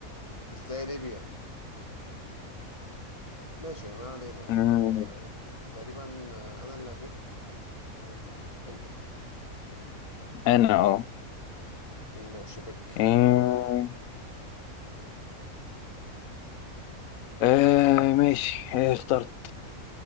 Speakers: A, on the left (about 25°); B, on the left (about 75°).
A: مش زي ليبيا ماشي ما علينا يعني
B: مم،
A: آه تقريبا آه، انا اللي هبك ولا انت انت
B: انا اه
A: ماشي بك
B: آه آه، ماشي آه، اخترت